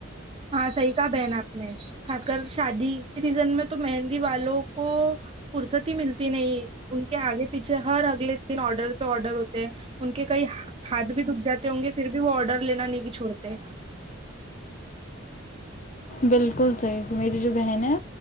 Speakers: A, on the right; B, on the left.
A: ہاں صحیح کا بہن آپ نے خاص کر شادی سیزن میں تو مہندی والوں کو فرصتی ہی ملتی نہیں ان کے آگے پیچھے ہر اگلے دن آڈر پہ آڈر ہوتے ہیں ان کے کئی ہاتھ بھی دب جاتے ہوں گے پھر بھی وہ آڈر لینا نہیں چھوڑتے
B: بلکل صاحب میری بات ہے